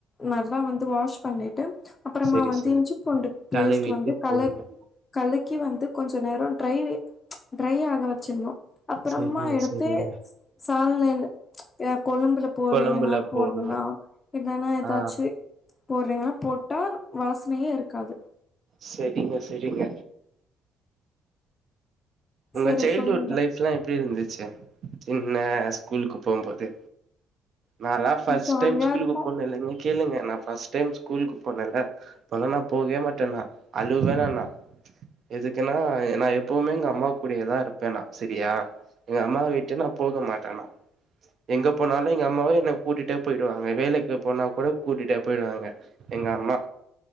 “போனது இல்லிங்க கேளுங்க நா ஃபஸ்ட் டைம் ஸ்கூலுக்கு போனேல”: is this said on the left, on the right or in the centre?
Right